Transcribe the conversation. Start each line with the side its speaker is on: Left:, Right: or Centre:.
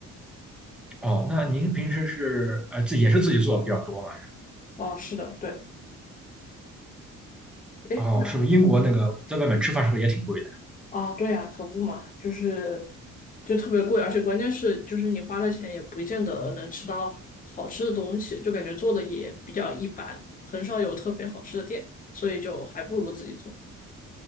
Centre: 哦，那您平时是呃自己也是自己做的比较多嘛？是吧
Left: 哦，是的，对，诶，
Centre: 哦，是不是英国那个在外面吃饭是不是也挺贵的？
Left: 啊，对呀，可不嘛，就是就特别贵，而且关键是就是你花了钱也不见得能吃到好吃的东西，就感觉做的也比较一般，很少有特别好吃的店，所以就还不如自己做。